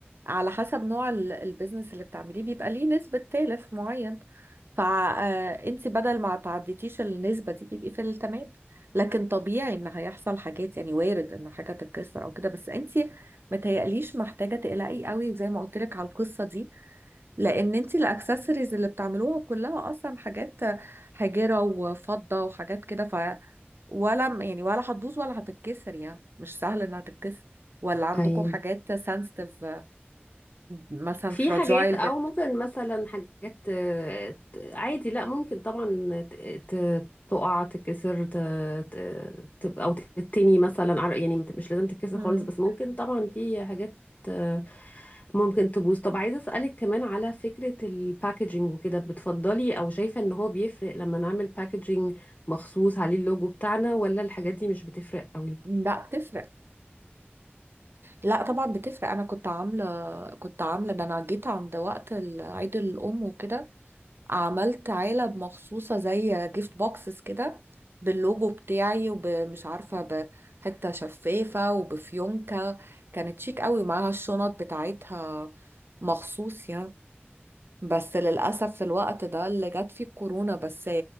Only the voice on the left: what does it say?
ايوه
في
حاجات او
ممكن مثلا حاجات آه، ت- عادي لا ممكن طبعا ت- ت- تقع تتكسر ت- ت- تبقى او تتني مثلا عر- يعني مت- مش لازم تتكسر
خالص بس ممكن طبعا في حاجات آه، ممكن تبوظ طب عايزه اسالك كمان على فكره الباكجينج وكده بتفضلي او شايفه ان هو بيفرق لما نعمل باكجينج مخصوص عليه اللوجو بتاعنا ولا الحاجات دي مش بتفرق قوي